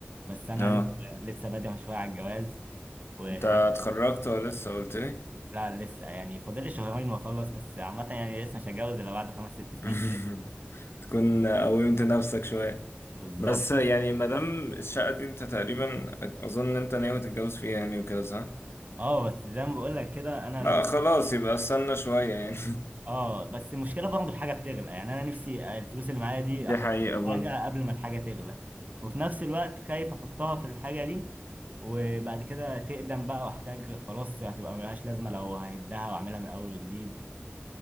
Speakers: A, on the right; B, on the left.
A: بس انا
B: اه
A: لسه لسه بادئ شويه على الجواز وخايف
B: انت اتخرجت ولا لسه قلت لي
A: لا لسه يعني فاضل لي شهرين واخلص بس عامه يعني لسه مش هتجوز الا بعد خمس ست سنين
B: <laughs>
A: كده
B: تكون قومت نفسك شوية
A: بالظبط
B: بس يعني ما دام الشقة دي انت تقريبا اظن ان انت ناوي تتجوز فيها يعني وكده صح؟
A: اه بس زي ما بقول لك كده انا
B: لا خلاص يبقى استنى شوية يعني
A: اه بس المشكله برضه الحاجه بتغلى يعني انا نفسي الفلوس اللي معايا دي
B: <laughs> دي
A: احط
B: حقيقة برضه
A: في حاجه قبل ما الحاجه تغلى وفي نفس الوقت خايف احطها في الحاجه دي وبعد كده تقدم بقى واحتاج خلاص هتبقى ملهاش لازمه لو ههدها واعملها من اول وجديد